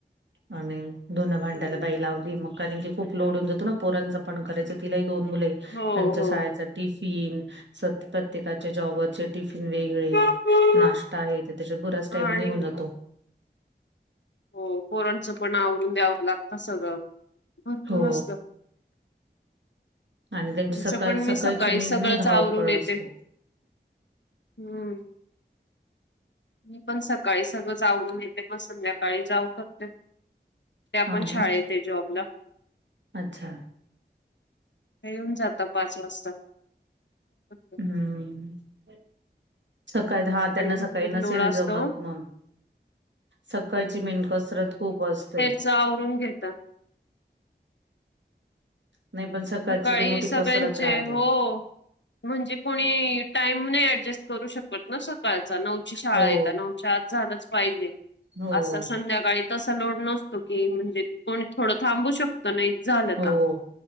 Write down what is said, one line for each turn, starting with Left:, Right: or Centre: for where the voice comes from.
Right: आणि धुन भांड्याला
Left: हं.
Right: बाई लावली मग कारण की खूप लोड येऊन जातो नां पोरांच पण करायचं. तिला ही दोन मुल ये,
Left: हो
Right: त्यांच्या
Left: हो.
Right: शाळेचा टिफिन स प्रत्येकाच्या जॉबवरचे टिफिन वेगळे
Left: हा
Right: नाश्ता आहे, तर त्याच्यात बराच टाइम
Left: आणि
Right: निघून जातो.
Left: हो पोरांचं पण आवरून द्यावं लागतं सगळं भरपूर
Right: हो
Left: असत.
Right: आणि त्यांची
Left: आमचं
Right: सकाळ
Left: पण मी
Right: सकाळची
Left: सकाळी
Right: मेन
Left: सगळंच
Right: नाही धावपळ
Left: आवरून येते
Right: असते
Left: हू! मी पण सकाळी सगळंच आवरून येते मग संध्याकाळी जावं करते. त्यां
Right: हा
Left: पण
Right: ना
Left: शाळेत हे जॉबला.
Right: अच्छा
Left: त्यां येऊन जातां पाच वाजता. ते.
Right: हू सकाळी दहा त्यांना सकाळी
Left: भरपूर
Right: नसेल
Left: लोड असतो
Right: जमत
Left: ओ.
Right: नां. सकाळची मेन कसरत खूप असते.
Left: वरून घेता
Right: नाही पण सकाळची
Left: सकाळी
Right: लई मोठी
Left: सगळ्यांचे
Right: कसरत राहते
Left: हो म्हणजे कोणी टाईम नाय ऍडजस्ट करू शकत न सकाळचा नऊची शाळा
Right: हो
Left: ये त नऊच्या आत झालच पाहिजे
Right: हो
Left: अस संध्याकायी तसा लोड नसतो की म्हणजे कोणी थोड थांबू शकत नायीज झाल
Right: हो
Left: त